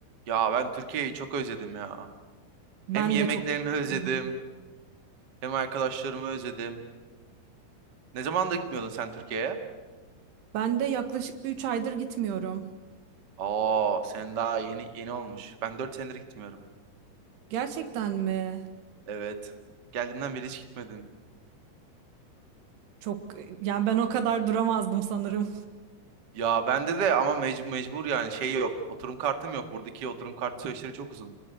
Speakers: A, on the right; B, on the right.
A: Ya ben Türkiye'yi çok özledim ya.
B: Ben
A: Hem yemeklerini
B: de çok
A: özledim,
B: Hı hı.
A: hem arkadaşlarımı özledim. Ne zaman da gitmiyordun sen Türkiye'ye?
B: Ben de yaklaşık bir 3 aydır gitmiyorum.
A: Aa, sen daha yeni yeni olmuş. Ben 4 senedir gitmiyorum.
B: Gerçekten mi?
A: Evet. Geldiğinden beri hiç gitmedim.
B: Çok yani ben o kadar duramazdım sanırım.
A: Ya bende de ama mec- mecbur yani şey yok. Oturum kartım yok. Buradaki oturum kartı süreçleri çok uzun.